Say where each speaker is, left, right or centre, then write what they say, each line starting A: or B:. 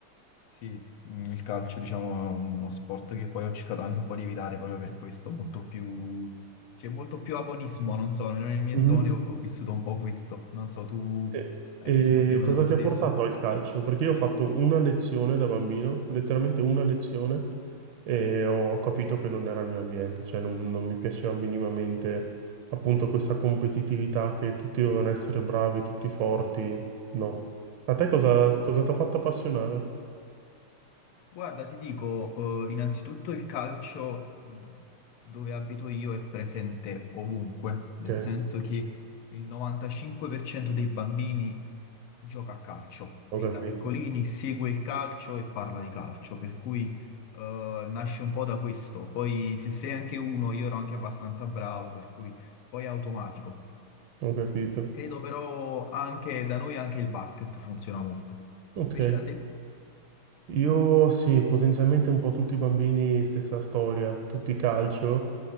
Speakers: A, on the left (about 80°); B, on the right (about 70°).
A: sì, mm, il calcio diciamo è uno sport che poi ho cercato anche un po' di evitare proprio per questo, molto più... C'è molto più agonismo, non so, almeno nelle mie
B: Mhm.
A: zone ho, ho vissuto un po' questo, non so, tu
B: E,
A: hai
B: e
A: vissuto più o meno
B: cosa
A: lo
B: ti
A: stesso?
B: ha portato al calcio? Perché io ho fatto una lezione da bambino, letteralmente una lezione, e ho capito che non era il mio ambiente, cioè non, non mi piaceva minimamente appunto questa competitività che tutti dovevano essere bravi, tutti forti. No. A te cosa, cosa ti ha fatto appassionare?
A: Guarda, ti dico, eh, innanzitutto il calcio mh, dove abito io è presente ovunque,
B: Ok,
A: nel senso che il 95% dei bambini gioca a calcio,
B: ho
A: fin
B: capito,
A: da piccolini segue il calcio e parla di calcio, per cui eh, nasce un po' da questo. Poi se sei anche uno, io ero anche abbastanza bravo, per cui poi è automatico.
B: ho capito.
A: Credo però anche da noi anche il basket funziona molto.
B: Ok.
A: Invece da te?
B: Io sì, potenzialmente un po' tutti i bambini, stessa storia, tutti calcio.